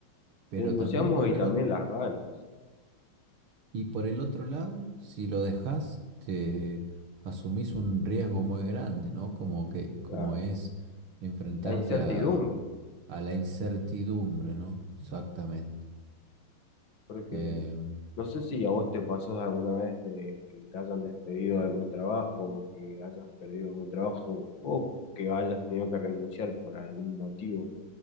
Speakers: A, on the right; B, on the left.
A: pero
B: el entusiasmo
A: también por
B: y
A: el,
B: también
A: ot-
B: las ganas,
A: Y por el otro lado, si lo dejas, te asumís un riesgo muy grande, ¿no? Como que, como
B: claro,
A: es enfrentarte
B: la incertidumbre,
A: a, a la incertidumbre, ¿no? Exactamente.
B: porque
A: Eh,
B: No sé si a vos te pasó alguna vez de que te hayan despedido de algún trabajo, que hayas perdido algún trabajo o que hayas tenido que renunciar por algún motivo.